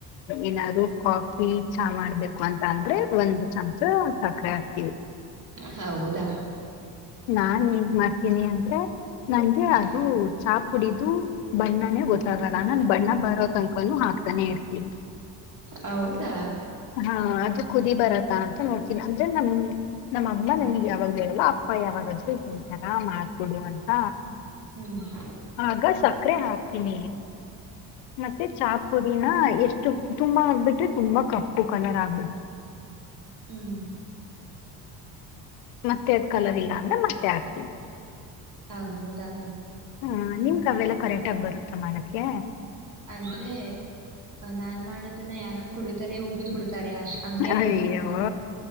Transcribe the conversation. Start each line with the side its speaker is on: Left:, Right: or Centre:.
Left: ಏನಾದ್ರು ಕಾಫಿ ಚಾ ಮಾಡ್ಬೇಕು ಅಂತ ಅಂದ್ರೆ ಒಂದುಚಮಚ ಸಕ್ಕರೆ ಹಾಕ್ತೀವಿ
Right: ಹೌದಾ
Left: ನಾನ್ ಈಗ್ ಮಾಡ್ತೀನಿ ಅಂದ್ರೆ ನಂಗೆ
Right: ಹ್ಮ್
Left: ಅದು ಚಾಪ್ ಕುಡಿದು ಬಣ್ಣನೇ ಒ ಗೊತ್ತಾಗಲ್ಲ ನಾನು ಬಣ್ಣ ಬರೋ ತನ್ಕನು ಹಾಕ್ತಾನೆ ಇರ್ತೀನಿ
Right: ಹೌದಾ
Left: ಹಾ ಅದು ಕುದಿ ಬರತ್ ಅಂತ ನೋಡ್ತೀನಿ ಅಂದ್ರೆ ನಮ್ ನಮ್ಮ ಅಮ್ಮ ನಮಗ್ ಯಾವಾಗೂ ಹೇಳಲ್ಲ ಅಪ್ಪ ಯಾವಾಗಾದ್ರೂ ಹೇಳ್ತಾರ ಮಾಡ್ಕೊಡು ಅಂತ
Right: ಹ್ಮ್ <unintelligible>
Left: ಆಗ ಸಕ್ಕರೆ ಹಾಕ್ತೀನಿ ಮತ್ತೆ ಚಾ ಪುಡಿನ ಆ ಎಷ್ಟು ತುಂಬಾ ಆಗ್ಬಿಟ್ರೆ ತುಂಬಾ ಕಪ್ಪು ಕಲರ್ ಆಗ್ಬು
Right: ಹ್ಮ್
Left: ಮತ್ತೆ ಅದ್ ಕಲರ್ ಇಲ್ಲ ಅಂದ್ರೆ ಮತ್ತೆ ಹಾಕ್ತೀನಿ
Right: ಹೌದಾ
Left: ಹ ನಿಮ್ಗ ಅವೆಲ್ಲ ಕರೆಕ್ಟ್ ಆಗಿ ಬರುತ್ತಾ ಮಾಡಕ್ಕೆ
Right: ಅಂದ್ರೆ ನಾನ್ ಮಾಡೋದನ್ನ ಯಾರು ಕುಡಿದರೆ ಉಗಿದ್ ಬಿಡ್ತಾರೆ ಅಷ್ಟ್ ಹಂಗೆ
Left: ಅಯ್ಯೋ
Right: ಮಾಡ್ತೀನಿ ನಾನು